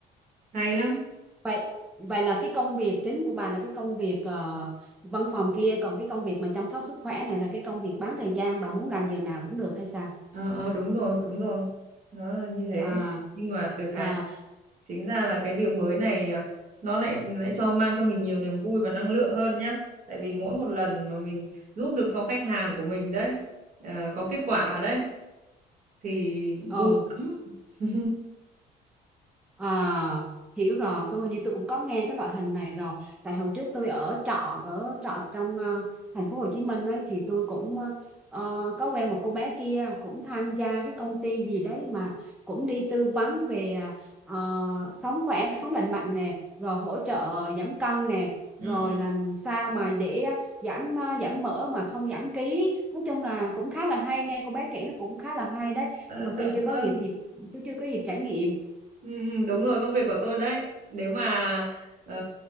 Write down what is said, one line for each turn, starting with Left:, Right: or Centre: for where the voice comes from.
Right: hay lắm
Centre: Vậy vậy là cái công việc chính của bà là cái công việc ờ, văn phòng kia còn cái công việc mà chăm sóc sức khỏe này là cái công việc bán thời gian bà muốn làm giờ nào cũng được hay sao?
Right: ờ ờ, đúng rồi đúng rồi nó là như thế
Centre: À,
Right: nhưng mà được cái
Centre: à
Right: chính ra là cái việc mới này à, nó lại lại cho mang cho mình nhiều niềm vui và năng lượng hơn nhá tại vì mỗi một lần mà mình giúp được cho khách hàng của mình đấy ờ, có kết quả đấy thì
Centre: ờ,
Right: vui lắm <laughs> ừ,
Centre: À, hiểu rồi tôi hình như tôi cũng có nghe cái loại hình này rồi tại hồi trước tôi ở trọ ở trọ trong ờ, thành phố Hồ Chí Minh ấy thì tôi cũng ờ, ờ, có quen một cô bé kia cũng tham gia cái công ty gì đấy mà cũng đi tư vấn về ờ, ờ, sống khỏe sống lành mạnh nè rồi hỗ trợ giảm cân nè
Right: ừ,
Centre: rồi làm sao mà để giảm ờ, giảm mỡ mà không giảm ký nói chung là cũng khá là hay nghe cô bé kể nó cũng khá là hay đấy
Right: ờ,
Centre: nhưng mà
Right: chuẩn
Centre: tôi chưa
Right: luôn
Centre: có dịp dịp tôi chưa có dịp trải nghiệm
Right: ừ, ừ, đúng rồi công việc của tôi đấy nếu mà ờ,